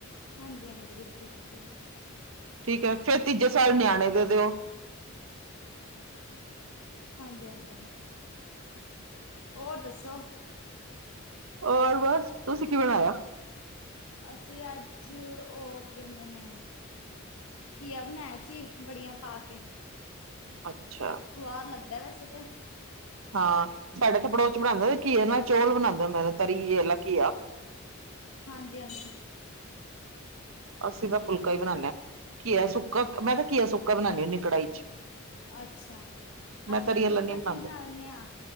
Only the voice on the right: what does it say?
ਠੀਕ ਐ ਤੇ ਫੇਰ ਤੀਜੇ ਸਾਲ ਨਿਆਣੇ ਦੇ ਦਿਓ।
ਔਰ ਬਸ ਤੁਸੀਂ ਕਿ ਬਣਾਇਆ
ਅੱਛਾ,
ਹਾਂ ਸਾਡੇ ਤੇ ਪੜੋਸ ਚ ਬਣਾਂਦੇ ਨੇ ਘੀਏ ਨਾਲ ਚੌਲ ਬਣਾਂਦਾ ਹੁੰਦਾ ਨੇ ਤਰੀ ਜੇ ਵਾਲਾ ਘੀਆ
ਅਸੀਂ ਤਾਂ ਫੁਲਕਾ ਈ ਬਣਾਨੇ ਆ ਘੀਆ ਸੁੱਕਾ ਮੈਂ ਤਾਂ ਘੀਆ ਸੁੱਕਾ ਬਣਾਨੀ ਹੁੰਨੀ ਕੜਾਹੀ ਚ
ਮੈਂ
ਤਰੀ ਵਾਲਾ
ਨਹੀਂ ਬਣਾਉਂਦੇ